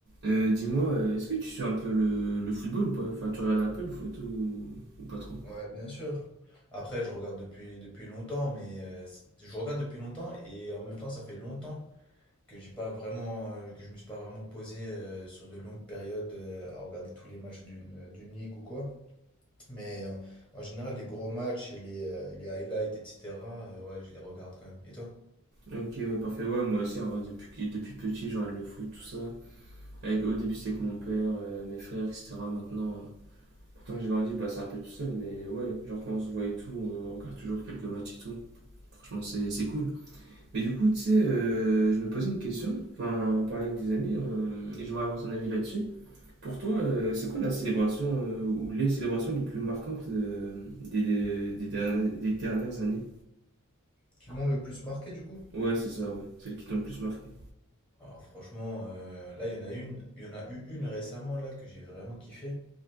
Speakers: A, on the right (about 55°); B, in the centre.
A: Euh, Dis-moi, euh, est-ce que tu suis un peu le, le football ou pas? Enfin, tu regardes un peu le foot ou, ou pas trop?
B: Ouais, bien sûr. Après, je regarde depuis, depuis longtemps, mais euh, c'est- je regarde depuis longtemps et en même temps, ça fait longtemps que j'ai pas vraiment, euh, que je me suis pas vraiment posé euh, sur de longues périodes euh, à regarder tous les matchs d'une euh, d'une ligue ou quoi. Mais euh, en général, les gros matchs et les, euh, les highlights, etc., euh, ouais, je les regarde quand même. Et toi?
A: Ok, ouais, parfait. Ouais, moi aussi, en vrai, depuis, que- depuis petit, je regarde le foot, tout ça. Avec, au début, c'est avec mon père, euh, mes frères, etc. Maintenant, euh, pourtant que j'ai grandi, bah, c'est un peu tout seul, mais ouais, genre quand on se voit et tout, on regarde toujours quelques matchs et tout. Franchement, c'est c'est cool. Mais du coup, tu sais, euh, je me posais une question. Enfin, on parlait avec des amis, on- et j'aimerais avoir ton avis là-dessus. Pour toi, euh, c'est quoi la célébration euh, ou les célébrations les plus marquantes euh, des, des, des derni- des dernières années?
B: Qui m'ont le plus marqué du coup?
A: Ouais, c'est ça, ouais. Celles qui t'ont le plus marqué.
B: Alors franchement, euh, là, il y en a une, il y en a eu une récemment là que j'ai vraiment kiffé.